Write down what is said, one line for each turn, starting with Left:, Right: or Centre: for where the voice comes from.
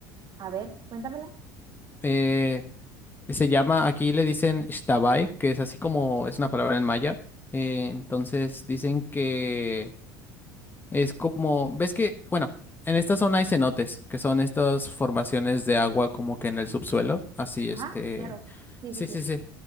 Right: A ver, cuéntamela.
Left: Eh, se llama, aquí le dicen Xtabay, que es así como, es una palabra en maya. Eh, entonces dicen que Es como, ves que, bueno, en esta zona hay cenotes, que son estas formaciones de agua como que en el subsuelo, así este,
Right: Ajá, claro. Sí,
Left: sí,
Right: sí, sí,
Left: sí, sí.